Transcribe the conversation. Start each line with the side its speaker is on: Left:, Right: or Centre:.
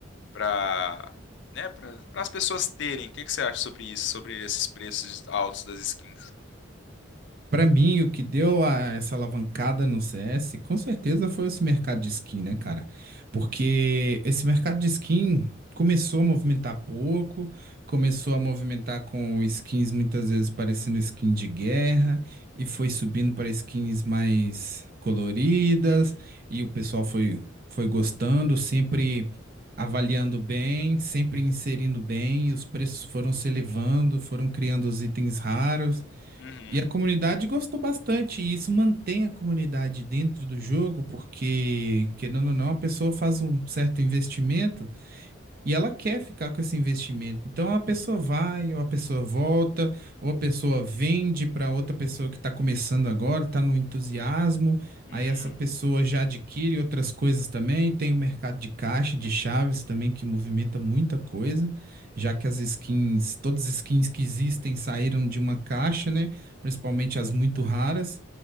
Left: para né? Para as pessoas terem. O que que você acha sobre isso? Sobre esses preços altos das skins?
Right: Pra mim, o que deu a- essa alavancada no CS, com certeza foi esse mercado de skin, né, cara? Porque esse mercado de skin começou a movimentar pouco, começou a movimentar com skins muitas vezes parecendo skin de guerra, e foi subindo para skins mais coloridas, e o pessoal foi, foi gostando, sempre avaliando bem, sempre inserindo bem, e os preços foram se elevando, foram criando os itens raros.
Left: Uhum,
Right: E a comunidade gostou bastante, e isso mantém a comunidade dentro do jogo, porque, querendo ou não, a pessoa faz um certo investimento. E ela quer ficar com esse investimento. Então a pessoa vai, ou a pessoa volta, ou a pessoa vende para outra pessoa que está começando agora, está no entusiasmo.
Left: uhum,
Right: Aí essa pessoa já adquire outras coisas também. Tem o mercado de caixa, de chaves também, que movimenta muita coisa, já que as skins, todas as skins que existem saíram de uma caixa, né? Principalmente as muito raras.